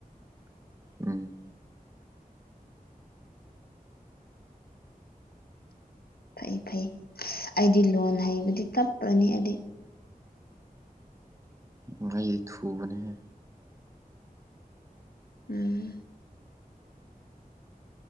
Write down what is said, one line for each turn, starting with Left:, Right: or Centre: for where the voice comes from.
Right: ꯎꯝ꯫
Left: ꯐꯩ-ꯐꯩ ꯑꯩꯗꯤ ꯂꯣꯟ ꯍꯩꯕꯗꯤ ꯇꯞꯄꯅꯤ ꯑꯩꯗꯤ꯫
Right: ꯉ ꯑꯩꯗꯤ ꯊꯕꯅꯦ ꯍꯦ꯫
Left: ꯎꯝ꯫